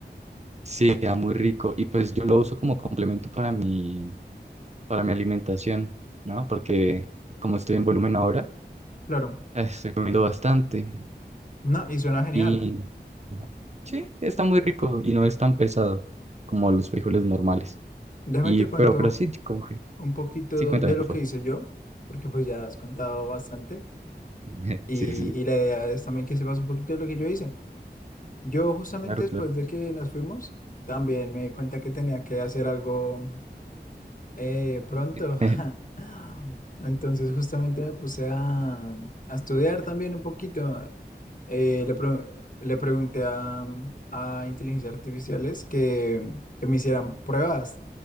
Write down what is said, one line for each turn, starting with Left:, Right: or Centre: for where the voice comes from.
Right: Sí, queda muy rico. Y pues yo lo uso como complemento para mi, para mi alimentación, ¿no? Porque como estoy en volumen ahora,
Left: Claro,
Right: eh, estoy comiendo bastante.
Left: no, y suena genial.
Right: Y sí, está muy rico y no es tan pesado como los frijoles normales.
Left: Déjame
Right: Y,
Left: te
Right: pero,
Left: cuento
Right: pero sí, como que-
Left: un poquito
Right: sí, cuéntame,
Left: de
Right: por
Left: lo
Right: favor.
Left: que hice yo, porque pues ya has contado bastante.
Right: <laughs>
Left: Y,
Right: Sí, sí,
Left: y la idea es también que sepas un poquito de lo que yo hice. Yo justamente
Right: claro,
Left: después
Right: claro.
Left: de que nos fuimos, también me di cuenta que tenía que hacer algo eh, pronto.
Right: <laughs>
Left: <laughs> Entonces justamente me puse a, a estudiar también un poquito. Eh, le, pre- le pregunté a, a inteligencias artificiales que, que me hicieran pruebas.